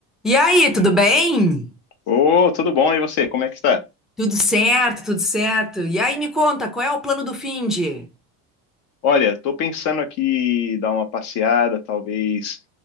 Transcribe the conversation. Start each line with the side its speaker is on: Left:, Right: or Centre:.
Centre: E aí, tudo bem?
Left: Ô, tudo bom? E você, como é que está?
Centre: Tudo certo, tudo certo. E aí, me conta, qual é o plano do finde?
Left: Olha, tô pensando aqui dar uma passeada, talvez